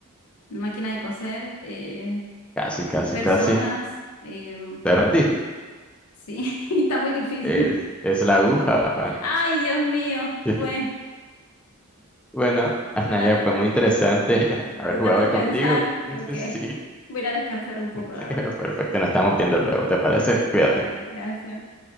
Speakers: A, on the left (about 85°); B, in the centre.
A: máquina de coser. eh,
B: Casi, casi,
A: personas.
B: casi.
A: em,
B: Te rendí.
A: sí, <laughs> está muy difícil.
B: Es, es la aguja. <laughs>
A: Ay, Dios mío.
B: Sí.
A: Bueno,
B: Bueno,
A: de,
B: Anaya,
A: una- de-
B: fue muy interesante <laughs>
A: de
B: haber jugado
A: tanto
B: hoy
A: pensar,
B: contigo. <laughs>
A: creo que
B: Sí,
A: voy a ir a descansar un poco,
B: <laughs>
A: la verdad.
B: perfecto. Nos estamos
A: No,
B: viendo luego, ¿te parece?
A: ya,
B: Cuídate.
A: dale, gracias.